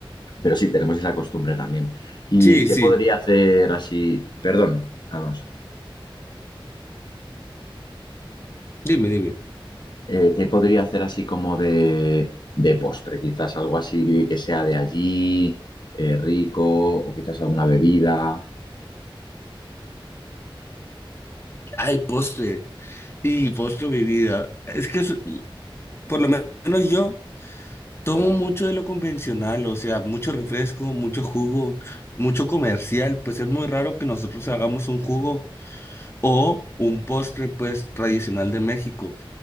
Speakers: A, on the left (about 50°); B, on the left (about 25°).
A: Pero sí, tenemos esa costumbre también. ¿Y
B: Sí,
A: qué
B: sí,
A: podría hacer así? Perdón, Alonso.
B: dime, dime.
A: Eh, ¿qué podría hacer así como de, de postre? Quizás algo así que sea de allí, eh, rico, o quizás alguna bebida.
B: Ay, postre. Y postre, mi vida. Es que es- por lo menos yo. Tomo mucho de lo convencional, o sea, mucho refresco, mucho jugo, mucho comercial, pues es muy raro que nosotros hagamos un jugo o un postre, pues, tradicional de México.